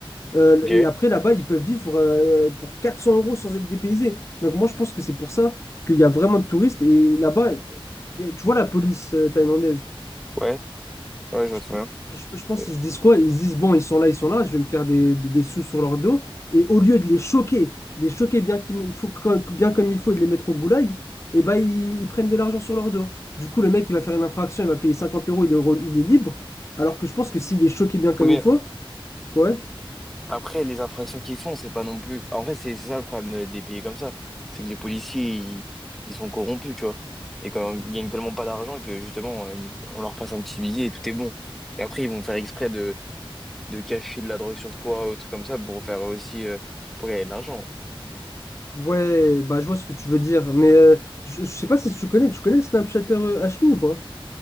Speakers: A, on the left; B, in the centre.
A: Euh,
B: ok,
A: et après, là-bas, ils peuvent vivre euh, pour 400 euros sans être dépaysés. Donc, moi, je pense que c'est pour ça qu'il y a vraiment de touristes. Et là-bas, et tu vois la police euh, thaïlandaise.
B: ouais, ouais, je vois
A: Je,
B: très
A: pe-
B: bien.
A: je pe- je pense
B: Euh,
A: qu'ils se disent quoi? Ils se disent, bon, ils sont là, ils sont là, je vais me faire des, des- des sous sur leur dos. Et au lieu de les choquer, de les choquer bien, qu'il me- faut- comme, bien comme il faut et de les mettre au goulag, et ben, ils, ils prennent de l'argent sur leur dos. Du coup, le mec, il va faire une infraction, il va payer 50 euros, il est, re- il est libre. Alors que je pense que s'il est choqué bien comme
B: Oui, mais
A: il faut, ouais.
B: après, les infractions qu'ils font, c'est pas non plus. En vrai, c'est c'est ça le problème de- des pays comme ça. C'est que les policiers, ils, ils sont corrompus, tu vois. Et quand ils gagnent tellement pas d'argent que justement, euh, ils- on leur passe un petit billet et tout est bon. Et après, ils vont faire exprès de de cacher de la drogue sur toi ou trucs comme ça pour faire aussi euh, pour gagner de l'argent.
A: Ouais, bah je vois ce que tu veux dire. Mais euh, je, je sais pas si tu connais, tu connais le Snapchatter euh, Hashmi ou pas?